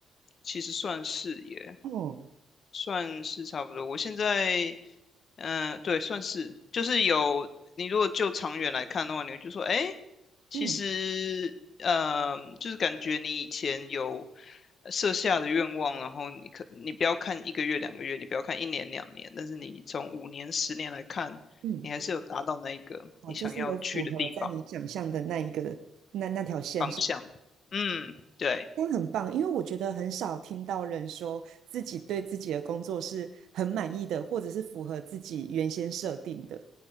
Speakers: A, on the left (about 50°); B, on the right (about 75°).
A: 其实算是也
B: 哦，
A: 算是差不多。我现在，嗯、对，算是，就是有你如果就长远来看的话，你会就说，哎，其实，
B: 嗯
A: 嗯，就是感觉你以前有设下的愿望，然后你可你不要看一个月、两个月，你不要看一年、两年，但是你从五年、十年来看，
B: 嗯，
A: 你还是有达到那一个你想要去的地方
B: 哦，就是有符合在你想象的那一个那那条线上。
A: 方向。嗯，对。
B: 那很棒，因为我觉得很少听到人说自己对自己的工作是很满意的，或者是符合自己原先设定的。